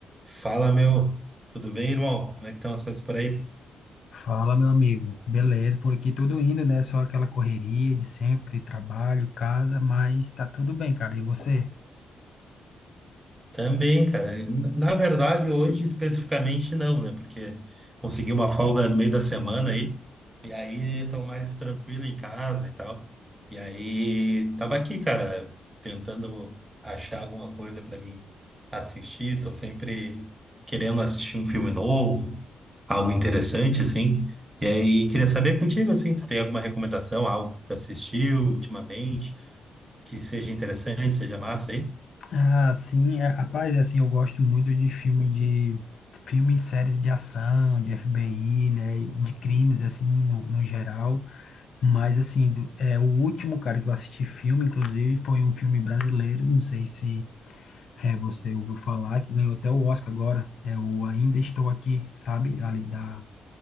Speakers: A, on the right; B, on the left.
A: Fala, meu. Tudo bem, irmão? Como é que estão as coisas por aí?
B: Fala, meu amigo. Beleza, por aqui tudo indo, né? Só aquela correria de sempre, trabalho, casa, mas tá tudo bem, cara. E você?
A: Também, cara. Na verdade, hoje especificamente não, né? Porque consegui uma folga no meio da semana aí. E aí tô mais tranquilo em casa e tal. E aí tava aqui, cara, tentando achar alguma coisa pra mim assistir. Tô sempre querendo assistir um filme novo, algo interessante, assim. E aí queria saber contigo, assim, tu tem alguma recomendação, algo que tu assistiu ultimamente? que seja interessante, seja massa aí?
B: Ah, sim, é, rapaz, é assim, eu gosto muito de filme de filmes, séries de ação, de FBI, né, e de crimes assim no, no geral, mas assim, do- é o último cara que eu assisti filme, inclusive, foi um filme brasileiro, não sei se é, você ouviu falar, que ganhou até o Oscar agora, é o Ainda Estou Aqui, sabe, ali da